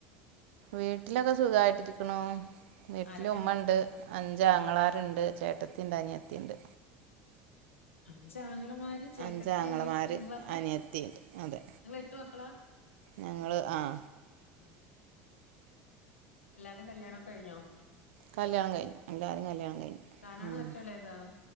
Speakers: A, on the right; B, on the left.
A: വീട്ടിലൊക്കെ സുഖായിട്ടിരിക്കണു വീട്ടില
B: ആരൊക്കെ
A: ഉമ്മുണ്ട്
B: ഉണ്ട്
A: അഞ്ചാങ്ങളാരുണ്ട്
B: ആ
A: ചേട്ടത്തി ഉണ്ട് അനിയത്തിണ്ട്
B: അഞ്ച് ആങ്ങ മാര് ചേട്ടത്തി
A: അഞ്ചാങ്ങളമാര്
B: അനിയത്തി നിങ്ങളപ്പം
A: അനിയത്തിണ്ട് അതെ
B: നിങ്ങള് എട്ട് മക്കളാ
A: ഞങ്ങള് ആഹ
B: ഉം എല്ലാരും കല്യാണമൊക്ക കഴിഞ്ഞോ
A: കല്ല്യാണം കഴിഞ്ഞു എല്ലാരും കല്യാണം കഴിഞ്ഞു
B: താനാണോ
A: ഉ
B: ഒറ്റളേതാ